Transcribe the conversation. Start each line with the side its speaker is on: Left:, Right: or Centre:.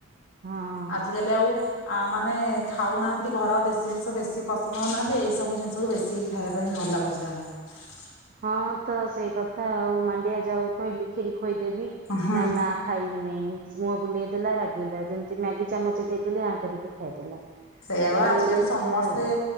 Right: ହଁ।
Left: ଆଜିକାଲି ଆଉ ଉ ମାନେ ଏ ଖାଉନାହାନ୍ତି ଘର ଦେଶୀ ଜିନିଷ ବେଶୀ । ପସନ୍ଦ କରୁନାହାନ୍ତି ଏଇ ସବୁ ଜିନିଷକୁ ବେଶୀ ଖାଇବା ପାଇଁ ଭଲ ଲାଗୁଛି ତାଙ୍କୁ।
Right: ହଁ ତ ସେଇ କଥା ଆଉ ମାଣ୍ଡିଆ ଜାଉ କଇଲୁ ଖୀର୍ ଖୋଇଦେବି
Left: ହଁ।
Right: ନା ନା ଖାଇବିନି। ମୁହଁ ବୁଲେଇ ଦେଲା ରାଗିଇଲା ଯେମିତି ମ୍ୟାଗି ଚାମଚ ଦେଇଦେଲି ଆଁ କରିକି ଖାଇଦେଲା।
Left: ସେଇଆ ବା
Right: ଏଇ
Left: ଆଜିକାଲି ସମସ୍ତେ
Right: ଛୁଆ ଆଉ